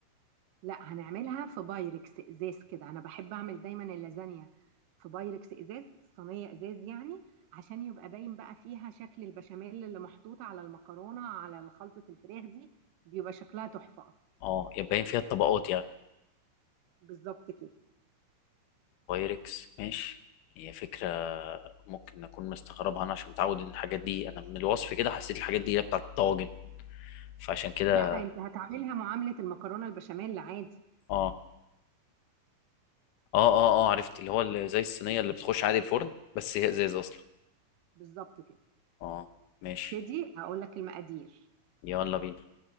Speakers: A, on the right; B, on the left.
A: لا هنعملها في بايركس إزاز كده أنا بحب أعمل دايما اللازانيا في بايركس إزاز صينية إزاز يعني عشان يبقى باين بقى فيها شكل البشاميل اللي محطوط على المكرونة على خلطة الفراخ دي بيبقى شكلها تحفة أصلا
B: اه يبقى باين فيها الطبقات يعني
A: بالظبط كده
B: بايركس ماشي هي فكرة ممكن أكون مستغربها أنا عشان متعود إن الحاجات دي أنا من الوصف كده حسيت الحاجات دي هي بتاعت الطواجن فعشان كده
A: لا انت هتعملها معاملة المكرونة البشاميل عادي
B: آه آه آه آه عرفت اللي هو اللي زي الصينية اللي بتخش عادي الفرن بس هي إزاز أصلا
A: بالظبط كده
B: آه ماشي
A: ابتدي هقول لك المقادير
B: يلا بينا